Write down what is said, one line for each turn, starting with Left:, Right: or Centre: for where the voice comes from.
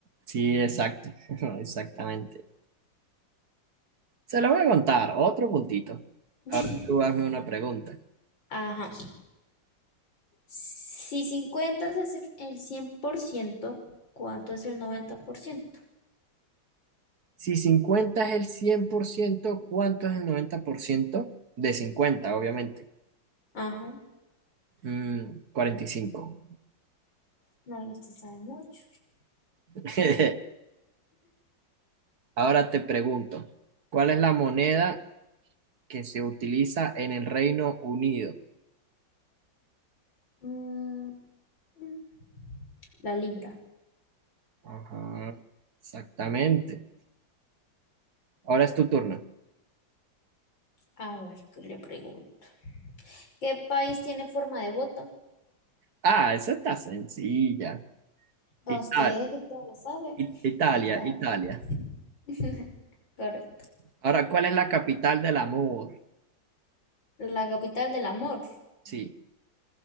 Right: Sí, exacto, <laughs> exactamente. Se lo voy a contar, otro puntito.
Left: <laughs>
Right: Ahora tú hazme una pregunta.
Left: Ajá. Si 50 es el el 100%, ¿cuánto es el 90%?
Right: Si 50 es el cien por ciento ¿cuánto es el 90% De 50 obviamente.
Left: Ajá,
Right: Mm, cuarenta y cinco
Left: no, usted sabe mucho.
Right: <laughs> Ahora te pregunto, ¿cuál es la moneda que se utiliza en el Reino Unido?
Left: Mm, mm, La libra.
Right: Ajá, exactamente. Ahora es tu turno.
Left: A ver, ¿qué le pregunto? ¿Qué país tiene forma de bota?
Right: Ah, esa está sencilla.
Left: Para
Right: Ita-
Left: usted que todo lo sabe
Right: I- Italia,
Left: y tal.
Right: Italia.
Left: <laughs> Correcto.
Right: Ahora, ¿cuál es la capital del amor?
Left: La capital del amor.
Right: Sí,